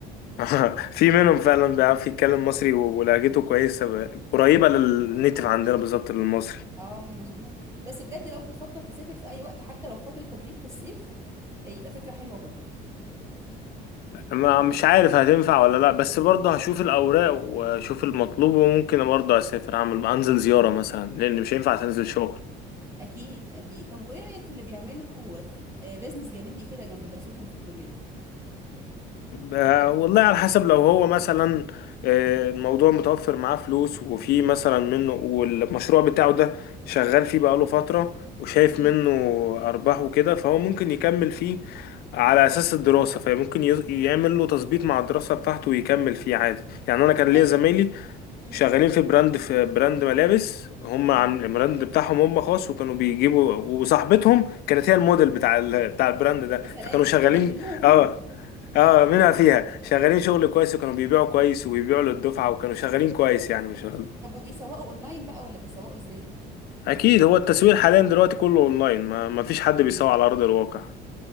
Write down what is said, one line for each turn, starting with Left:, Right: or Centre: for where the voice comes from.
Left: <laughs> في منهم فعلا بيعرف يتكلم مصري و- ولهجته كويسة ب- قريبة للنيتف عندنا بالظبط للمصري
Right: اه مظبوط بس بجد لو بتفكر تسافر في اي وقت حتى لو فتره تدريب في الصيف آه، يبقى فكره حلوه برضو
Left: ما مش عارف هتنفع ولا لا بس برضه هشوف الأوراق واشوف المطلوب وممكن برضه اسافر اعمل انزل زيارة مثلا لان مش هينفع تنزل شغل
Right: اكيد اكيد طب وايه رأيك في اللي بيعملوا آه، بيزنس جانبي كده جنب دراستهم في الكلية
Left: آه، والله على حسب لو هو مثلا آه، الموضوع متوفر معاه فلوس وفي مثلا منه والمشروع بتاعه ده شغال فيه بقاله فترة وشايف
Right: امم
Left: منه أرباح وكده فهو ممكن يكمل فيه على أساس الدراسة فممكن يز- يعمل له تظبيط مع الدراسة بتاعته ويكمل فيه عادي يعني أنا كان
Right: طيب
Left: ليا زمايلي
Right: امم
Left: شغالين في براند في براند ملابس هم عن
Right: اه
Left: البراند بتاعهم هم خاص وكانوا بيجيبوا وصاحبتهم كانت هي الموديل بتاع ال... بتاع البراند ده
Right: يا سلام
Left: فكانوا شغالين
Right: يعني منهم فيهم
Left: اه اه منها فيها شغالين شغل كويس وكانوا بيبيعوا كويس وبيبيعوا للدفعة وكانوا شغالين كويس يعني مش غلط
Right: طب وبيسوقوا اونلاين بقى ولا بيسوقوا ازاي
Left: اكيد هو التسويق حاليا دلوقتي كله اونلاين ما... ما فيش حد
Right: امم
Left: بيسوق على ارض الواقع